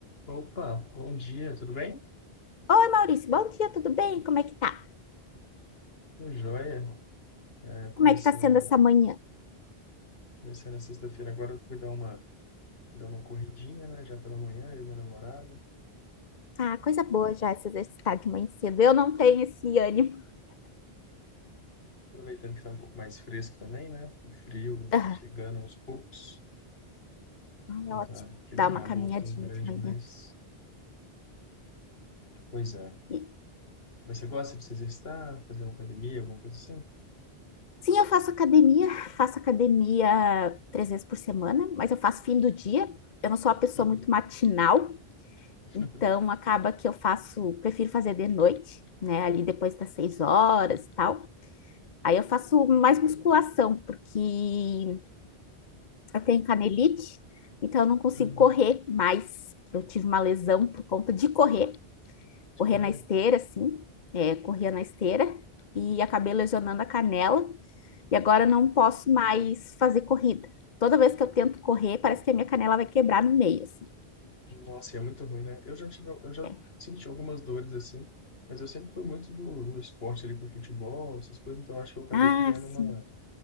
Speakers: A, on the left; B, on the left.
A: Opa, bom dia, tudo bem?
B: Oi, Maurício, bom dia, tudo bem? Como é que tá?
A: Tô joia. É, começando
B: Como é que tá sendo
A: agora,
B: essa manhã?
A: começando na sexta-feira. Agora eu fui dar uma, dar uma corridinha, né? Já pela manhã, eu e minha namorada.
B: Ah, coisa boa já se exercitar de manhã cedo. Eu não tenho esse ânimo.
A: Aproveitando que tá um pouco mais fresco também, né? O frio
B: Ah,
A: tá chegando aos poucos. Não
B: é ótimo
A: Tá aquele
B: dar
A: calor
B: uma caminhadinha
A: tão grande,
B: de manhã.
A: mas... Pois é.
B: E-
A: Mas você gosta de se exercitar, fazer uma academia, alguma coisa assim?
B: sim, eu faço academia, faço academia três vezes por semana, mas eu faço fim do dia. Eu não sou uma pessoa
A: Uhum.
B: muito matinal,
A: <laughs>
B: então acaba que eu faço, prefiro fazer de noite, né? Ali depois das seis
A: Assim,
B: horas e tal. Aí eu faço mais musculação, porque Eu tenho canelite, então eu não consigo
A: uhum.
B: correr mais. Eu tive uma lesão por conta de correr,
A: De
B: correr
A: correr?
B: na esteira, assim, é, corria na esteira e acabei lesionando a canela. E agora eu não posso mais fazer corrida. Toda vez que eu tento correr, parece que a minha canela vai quebrar no meio, assim.
A: Nossa, e é muito ruim, né? Eu já tive, eu já
B: É.
A: senti algumas dores assim, mas eu sempre fui muito do, do esporte ali com futebol, essas coisas, então eu acho que eu acabei
B: Ah,
A: criando
B: sim,
A: uma,